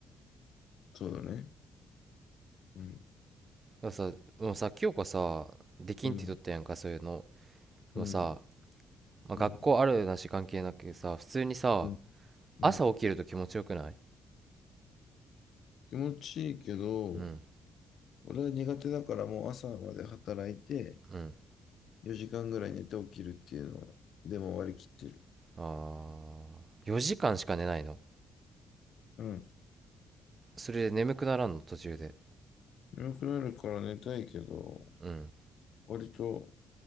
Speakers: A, on the left (about 65°); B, on the right (about 35°).
A: そうだね。うん、
B: でもさ、もうさ、清子さ、できんって言っとったやんか、
A: うん、
B: そういうの。
A: うん、
B: でもさ、まあ、
A: うん、
B: 学校あるなし関係なくさ、普通にさ、
A: うん、うん。
B: 朝起きると気持ちよくない
A: 気持ちいいけど、
B: うん、
A: 俺は苦手だからもう朝まで働いて、
B: うん。
A: 4時間ぐらい寝て起きるっていうのは、でも割り切ってる。
B: ああ、4時間しか寝ないの
A: うん。
B: それで眠くならんの、途中で。
A: 眠くなるから寝たいけど、
B: うん、
A: 割と